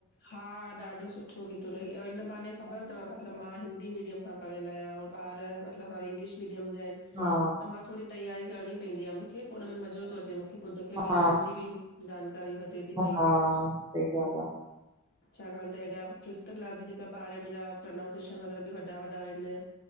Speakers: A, on the left (about 50°); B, on the right (about 20°).
A: हा ॾाढो सुठो बि तो लॻे अए हिन बहाने ख़बर तव मतलब मां हिंदी मीडियम पढ़ियल आयां ॿार मतलब हाणे इंग्लिश मीडियम जा आहिन।
B: हा
A: त मां थोडी़ तैयारी करणी पइंदी आ मुखे पो हुन में मज़ो तो अचे मूखे खुद खे बि
B: हा
A: मुंहिंजी बि जानकारी वधे थी पई
B: हा सही ॻाल आ।
A: छाकण त हेॾा फिफ्थ क्लास जी जेका ॿार आहिनि हुननजा प्रनाउन्सिएशन बि वॾा वॾा आहिन।